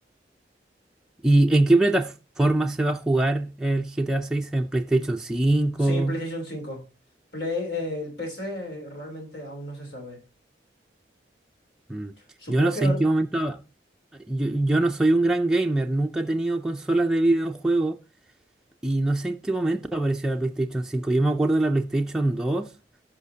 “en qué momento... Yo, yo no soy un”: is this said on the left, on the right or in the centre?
Centre